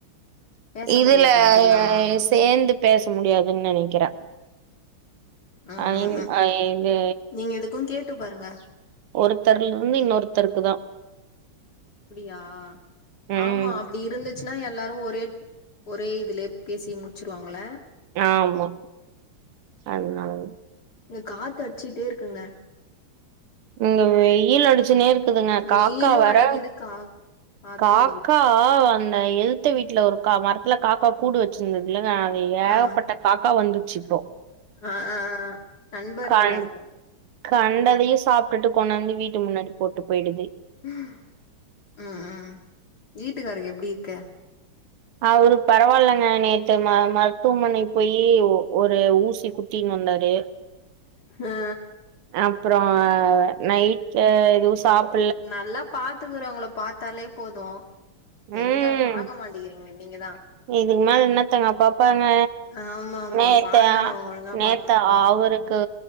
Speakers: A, on the left; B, on the right.
A: பேச
B: இதுல
A: முடியாதா
B: அ
A: இதெல்லா
B: அ சேந்து பேச முடியாதுன் நெனைக்கிறே
A: ஆ
B: ஐ
A: ஆ ஆ
B: ஐ இது
A: நீங்க எதுக்கு கேட்டு பாருங்க
B: ஒருத்தருல இருந்து இன்னொருத்தருக்கு தா
A: அப்டியா
B: ம்
A: ஆமா அப்டி இருந்துச் சுனா எல்லாரு ஒரே ஒரே இதுலே பேசி முட்ச்சிருவாங்கள
B: ஆமா அதுனாலதா
A: இங்க காத்து அட்ச்சிட்டே இருக்குங்க
B: இங்க வெயில் அடிச்சுனே இருக்குதுங்க காக்கா
A: வெயிலு
B: வர
A: அடிக்குது கா காத்து
B: காக்கா
A: அடிக்குது
B: காவ் அந்த எதுத்த வீட்ல ஒருக்கா மரத் த்துல காக்கா கூடு வச்சிருந்தது இல்லங்க அங்க ஏகப்பட்ட
A: ஆ
B: காக்கா வந்துருச்சு இப்போ
A: ஆ ஆ நண்பர்களா
B: கண்
A: இருக்கு
B: கண்டதையு சாப்ட்டுட்டு கொண்டாந்து வீட்டு முன்னாடி போட்டு போயிடுது
A: ம் ம் ம் வீட்டுக்காருக்கு எப்டி இருக்கு
B: அவரு பரவால்லங்க நேத்து ம மருத்துவமனைக்கு போயி ஒ ஒரு ஊசி குத் தினு வந்தாரு
A: ஆ
B: அப்றோ நைட்ல எதுவு சாப்
A: நல்லா பாத்துக்குறவ்ங்கள பாத்தாலே போது
B: ம்
A: எங்க பாக்க மாட்டிக்கிறீங்ளே நீங்கதா
B: இதுக்கு மேல என்னத்தங்க அப்பப்பங்க
A: ஆமா ஆமா
B: நேத்து
A: பாக்குறவங்க
B: ஆ
A: ஒழுங்கா
B: நேத்
A: பாத்துக்கணு
B: தாவருக்கு